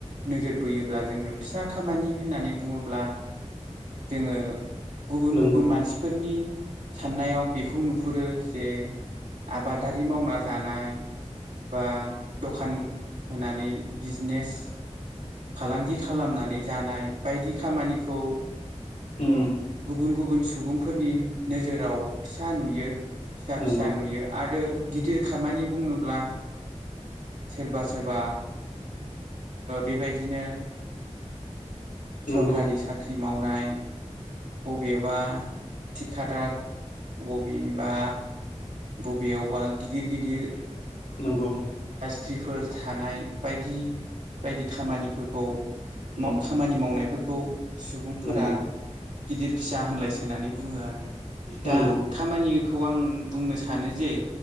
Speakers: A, on the right (about 80°); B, on the left (about 85°).
A: नोजोर बोयोब्ला जोङो फिसा खामानि होननानै बुङोब्ला। जोङो गुबुन
B: नंगौ
A: गुबुन मानसिफोरनि साननायाव बेखौ नुहुरो जे आबादारि मावना जानाय। बा दखान होनानै बिजनेस फालांगि खालामनानै जानाय बायदि खामानिखौ गुबुन
B: उम
A: गुबुन सुबुंफोरनि नोजोराव फिसा नुयो फिसा
B: नंगौ
A: फिसा नुयो आरो। गिदिर खामानि बुङोब्ला सोरबा सोरबा बेबायदिनो
B: नोंगौ
A: सरखारि साख्रि मावनाय बबेबा थिखादार बबेनिबा बबेयावबा गिदिर गिदिर
B: नंगौ
A: जिफोर थानाय बायदि बायदि खामानिफोरखौ
B: उम
A: खामानि मावनायफोरखौ सुबुंफोरा
B: नंगौ
A: गिदिर फिसा होनलायसोनानै बुङो आरो। दा
B: नंगौ
A: खामानिखौ आं बुंनो सानो जे